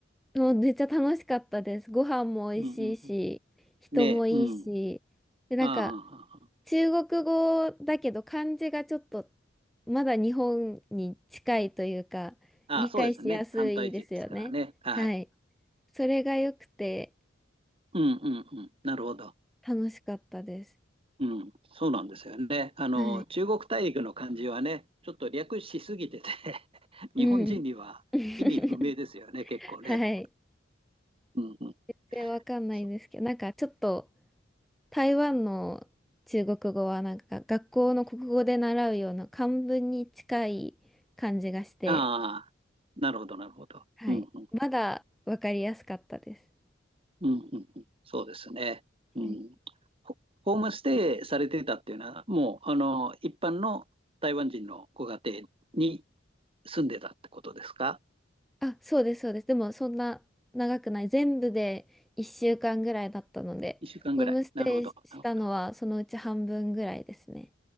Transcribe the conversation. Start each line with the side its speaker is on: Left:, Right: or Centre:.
Centre: もうめっちゃ楽しかったです。ご飯も美味しいし、
Right: うん、うん、うん。
Centre: 人もいいし。
Right: ねえ、うん。
Centre: で、なんか、
Right: ああ、ああ、あ
Centre: 中国語だけど漢字がちょっと、まだ日本に近いというか、
Right: あ、
Centre: 理解しやすいですよね。
Right: ああそうですね。反対勢ですからね。はい。
Centre: はい。それが良くて
Right: うん、うん、うん。なるほど。
Centre: 楽しかったです。
Right: うん、そうなんですよね。あの、
Centre: はい。
Right: 中国大陸の漢字はね、ちょっと略しすぎてて <laughs> 日本人には意味不明ですよね、
Centre: うん。<laughs>
Right: 結構ね。
Centre: はい。
Right: うんうん、
Centre: 全然わかんないんですけど、
Right: そう
Centre: なんかちょっと、台湾の中国語はなんか学校の国語で習うような漢文に近い感じがして、
Right: ああ、なるほど、なるほど。
Centre: はい。
Right: うんうん、
Centre: まだわかりやすかったです。
Right: うんうんうん、そうですね。うん、
Centre: はい。
Right: ホホームステイされてたっていうのは、もう、あの、一般の台湾人のご家庭に住んでたってことですか
Centre: あ、そうです、そうです。でもそんな長くない。全部で1週間ぐらいだったので、
Right: ?1 週間ぐらい。
Centre: ホームステイしたのはそのうち半分ぐらいですね。
Right: なるほど、なるほど。